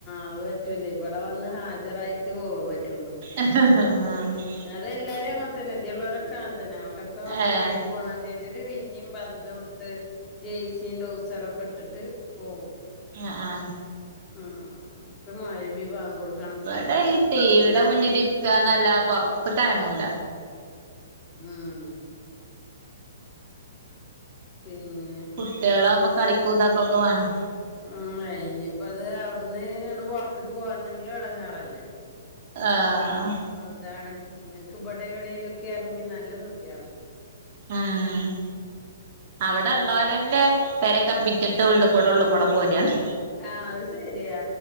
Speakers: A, on the left; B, on the right.
A: അത് പറ്റൂല ഇവിടെ വന്ന് ഹാജരായിട്ട് പോകാൻ പറ്റുള്ളൂ
B: ആഹ് ആഹ്
A: അതെല്ലാരും അങ്ങനത്തന്നെദ്യ ഉള്ളവരൊക്കെ അങ്ങന തന്നെ അവലൊക്കെ വന്ന്
B: ഏഹ്
A: ബേഗ് പോണം ന്ന് വിചാരിച്ചിട്ട് പിന്നെയും പന്തും എ ടുത്ത് ജേസിയും ട്രാവ്സ് റൊക്കെ ഇട്ടിട്ട് പോകും
B: ആഹ ആഹ
A: ഉ പ്പ മയ്രിബി ബാഗൊട് -
B: ഇവടെ ഈ ട്ടീവിടെ മുന്നിലിരിക്കാ ന്നല്ലാതെ പൊറത്ത് ക്കനങ്ങൂല.
A: ഉം പിന്നെ
B: കുട്ട്യേളാമ്പോ കളിക്കൂതാകൊക്കെ വാണം.
A: ഉം അയ്നിപ്പതെ അവ്ട്ന്ന് ഇങ്ങ്ട് പൊറത്ത്ക്ക് പോരണെങ്കിലും എടങ്ങേറല്ലേ.
B: ആ ഹ്
A: അതാണ് നിങ്ങക്ക് ഇവടെവ്ടേങ്കിലൊക്കെയാര്നെങ്കി ന്നല്ല സുഖയാർന്നു.
B: ആ ഹ് അവട്ള്ളോരെല്ലേ പെരൊക്കെ വിറ്റിട്ട് ഉള്ള്കൂടെ ഉള്ള്കൂടെ പോരാണ്.
A: ആഹ് അത് ശരിയാ